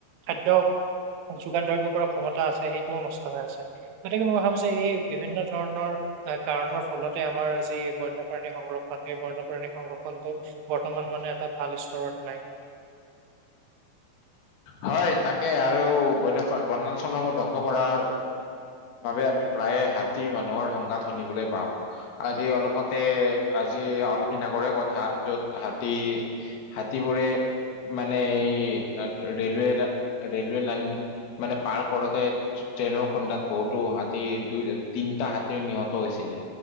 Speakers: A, on the right; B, on the left.
A: খাদ্যয়। যোগান ধৰিব পৰা ক্ষমতা আছে সেইটোও নষ্ট হৈ আছে, গতিকে মই ভাবো যে এই। বিভিন্ন ধৰণৰ কাৰণৰ ফলতে আমাৰ যি বন্যপ্ৰাণী সংৰক্ষণ সেই বন্যপ্ৰাণী সংৰক্ষণ। টো বৰ্তমান মানে এটা ভাল স্তৰত নাই।
B: হয় তাকে আৰু বন্যপ্ৰাণী বনাঞ্চলসমূহ ধ্বংস কৰাৰ। বাবে আমি প্ৰায় হাতী মানুহৰ সংঘাত শুনিবলৈ পাওঁ আজি অলপতে। আজি অলপ দিন আগৰে কথা য'ত হাতী হাতীবোৰে। মানে এই ৰেলৱে ৰেলৱে লাইন। মানে পাৰ কৰোতে ট্ৰেইনৰ খুন্দাত বহুতো হাতী দুই তিনটা হাতীৰ নিহত হৈছিল। থাকিলে